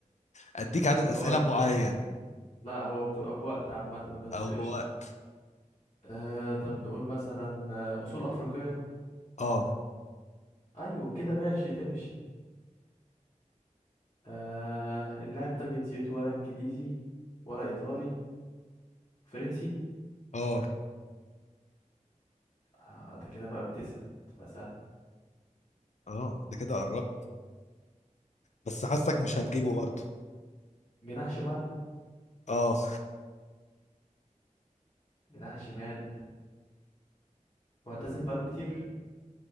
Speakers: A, on the left; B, on the left.
A: اديك عدد
B: الوقت
A: اسئله معين
B: لا هو بتبقى بوقت عامة بس
A: او
B: قشطة
A: بوقت
B: آه طب نقول مثلا آه، أصول أفريقية
A: اه
B: أيوة كده ماشي تمشي آه اللاعب ده جنسيته ولا إنجليزي ولا إيطالي فرنسي
A: اه
B: آه ده كده بقى بتسأل تبقى سهل
A: اه ده كده قربت بس حاسك
B: آه
A: مش هتجيبه برضه
B: جناح شمال
A: اه
B: جناح شمال معتزل بقاله كتير